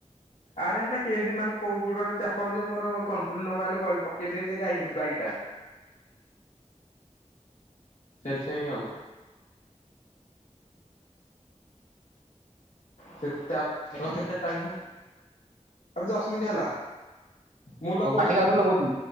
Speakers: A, on the left; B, on the right.
A: ଆରେ ଏଟା କେମିତି ମାନେ କୋଉ ଗୋଡରେ ଚାପନ ଯେ ମୋର କଣ୍ଟ୍ରୁଲ ନ ପାଇଲେ ଗଳି ପକ କେ ଦେବା ବାଇ ଟା ସେଥିପାଇଁ ଆଉ ସେତ ଆ ର କେତେ ଟାଇମ ଆବେ ଦଶ ମିନିଟ୍ ହେଲା। ମୁଁ ଲଗଉଚି।
B: ହଉ କାିକ ଆଉଥ ଲଗଉଛୁ।